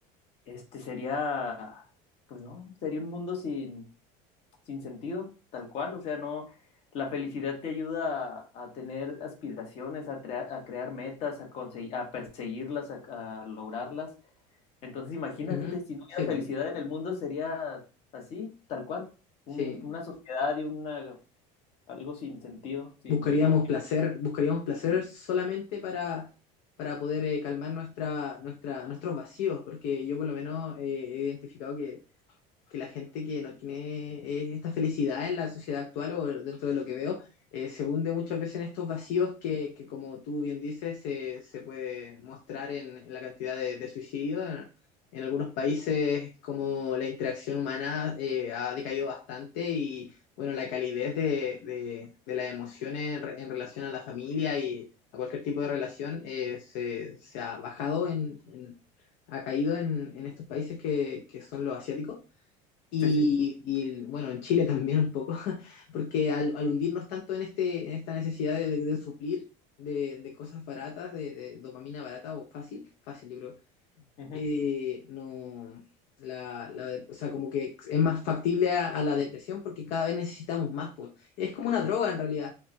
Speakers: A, on the left; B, on the left.
A: Este sería, pues no, sería un mundo sin, sin sentido, tal cual. O sea, no, la felicidad te ayuda a, a tener aspiraciones, a, trea- a crear metas, a conseguir, a perseguirlas, a, a lograrlas. Entonces, imagínate,
B: Ujú,
A: si no hubiera
B: Sí,
A: felicidad
B: pues,
A: en el mundo, sería así, tal cual.
B: sí.
A: Un- una sociedad y una, algo sin sentido, sin,
B: Buscaríamos
A: sin motivo.
B: placer, buscaríamos placer solamente para, para poder eh, calmar nuestra, nuestra, nuestros vacíos, porque yo por lo menos eh, he identificado que la gente que no tiene eh, esta felicidad en la sociedad actual o dentro de lo que veo, eh, se hunde muchas veces en estos vacíos que, que como tú bien dices, se, se puede mostrar en, en la cantidad de, de suicidios. En, en algunos países como la interacción humana eh, ha decaído bastante y bueno, la calidez de, de, de las emociones en, re- en relación a la familia y a cualquier tipo de relación eh, se, se ha bajado, en, en- ha caído en, en estos países que, que son los asiáticos. Y,
A: Sí, sí.
B: y, bueno, en Chile también un poco, <laughs> porque al, al hundirnos tanto en, este, en esta necesidad de, de- de suplir de, de cosas baratas, de, de dopamina barata o fácil, fácil yo creo,
A: Ujú.
B: eh, no, la, la de- o sea, como que es más factible a, a la depresión porque cada vez necesitamos más, pues. Es como una droga en realidad